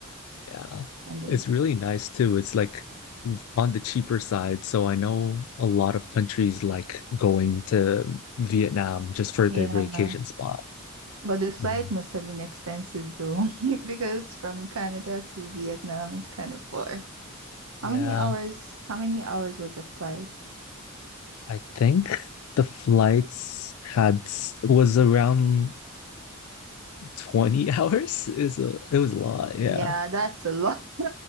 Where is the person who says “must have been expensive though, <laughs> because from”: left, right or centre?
Right